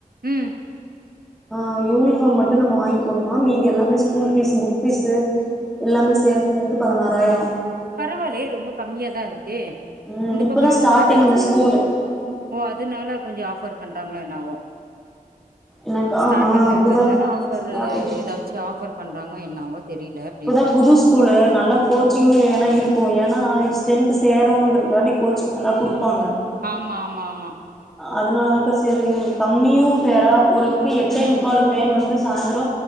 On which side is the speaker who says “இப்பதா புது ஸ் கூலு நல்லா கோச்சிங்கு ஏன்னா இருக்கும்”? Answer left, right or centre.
Centre